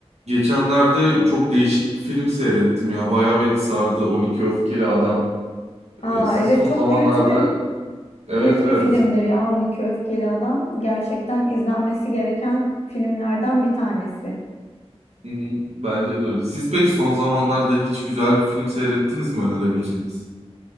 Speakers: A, on the right; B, on the left.
A: Geçenlerde çok değişik bir film seyrettim ya. Bayağı beni sardı. 12 Öfkeli Adam.
B: Aa,
A: Ee, siz
B: evet
A: son
B: çok
A: zamanlarda...
B: kült bir
A: Evet
B: kült
A: evet.
B: bir filmdir ya 12 Öfkeli Adam. Gerçekten izlenmesi gereken filmlerden bir tanesi.
A: Hı hı, bence de öyle. Siz peki son zamanlarda hiç güzel bir film seyrettiniz mi önerebileceğiniz?